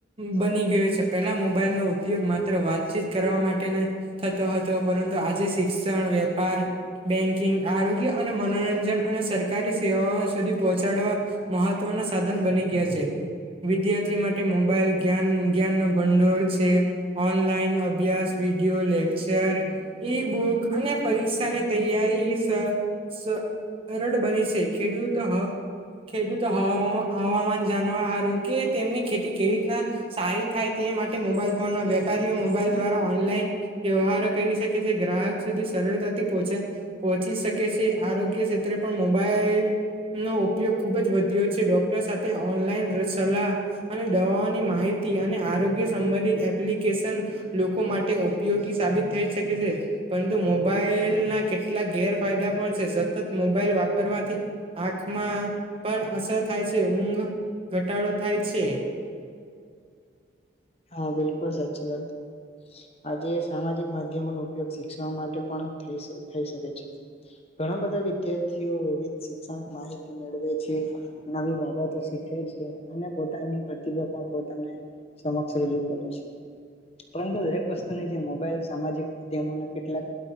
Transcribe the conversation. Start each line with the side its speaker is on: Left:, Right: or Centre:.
Right: બની ગયો છે. પહેલા મોબાઈલનો ઉપયોગ માત્ર વાતચીત કરવા માટેને થતો હતો પરંતુ આજે શિક્ષણ વેપાર, બેંકિંગ, આરોગ્ય અને મનોરંજન અને સરકારી સેવાઓ સુધી પહોચાડવા મહત્વના સાધન બની ગયા છે. વિદ્યાર્થી માટે મોબાઈલ જ્ઞાન જ્ઞાન ભંડોર છે, ઓનલાઈન અભ્યાસ, વિડીયો, લેકચર, ઈ બુક અને પરીક્ષાની તૈયારી સ સ સરળ બની છે ખેડૂતો હ ખેડૂતો હ હવામાન જાનવા હારુ કે તેમની ખેતી કેવી રીતના સારી થાય તે માટે મોબાઈલ ફોન ન વેપારીઓ મોબાઈલ દ્વારા ઓનલાઈન વ્યવહારો કરી શકે છે, ગ્રાહક સુધી સરળતાથી પહોંચે પહોંચી શકે છે, આરોગ્ય ક્ષેત્રે પણ મોબાઈલ નો ઉપયોગ ખુબ જ વધ્યો છે ડોક્ટર સાથે ઓનલાઈન સલાહ અને દવાઓની માહિ તી અને આર આરોગ્ય સંબંધિત એપ્લિકેશન લોકો માટે ઉપયોગી સાબિત થઈ શકે છે. પરંતુ મો બાઈલ ના કેટલાક ગેરફાયદા પણ છે, સતત મોબાઈલ વાપરવાથી આંખમાં પર અસર થાય છે, ઊઘ ઘટાડો થાય છે.
Left: <unintelligible> હા, બિલકુલ સાચી વાત. આજે સામાજિક માધ્યમોનો ઉપયોગ શિક્ષવા માટે પણ થઈ થઈ શકે છે. ઘણા બધા વિદ્યાર્થીઓ વિવિધ શિક્ષણ માહિતી મેળવે છે, નવી બાબતો શીખે છે, અને પોતાની પ્રતિભા પણ પોતાને સમક્ષ રજૂ કરે છે. પરંતુ દરેક વસ્તુને જે મોબાઈલ સામાજિક માધ્યમોના કેટલાક